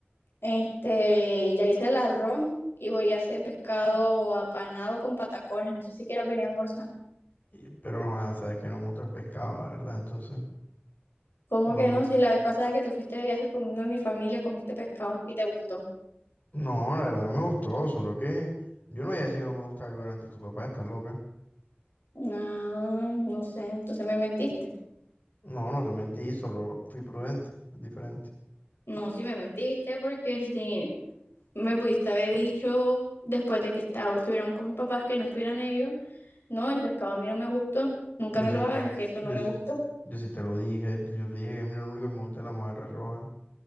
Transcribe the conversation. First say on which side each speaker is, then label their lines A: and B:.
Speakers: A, on the left; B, on the left.
A: Este, ya hice el arroz y voy a hacer pescado apanado con patacones. No sé si quieres venir a almorzar.
B: Y- pero no, ah, sabes que no me gusta el pescado, la verdad. Entonces,
A: ¿Cómo
B: no,
A: que
B: no.
A: no? Si la vez pasada que te fuiste de viaje conmigo y mi familia comiste pescado y te gustó.
B: No, la verdad no me gustó. Solo que yo no voy a decir que no me gusta algo delante de tu papá. Estás loca.
A: Ah, no sé, entonces me mentiste.
B: No, no te mentí. Solo fui prudente. Es diferente.
A: No, sí me mentiste porque si me pudiste haber dicho después de que estaba, estuviéramos con mis papás que no estuvieran ellos, no, el pescado a mí no me gustó, nunca
B: Yo
A: me
B: sí,
A: lo hagas, que eso
B: yo,
A: no me
B: sí-
A: gustó.
B: yo sí te lo dije. Yo te dije que a mí lo único que me gusta es la mojarra roja.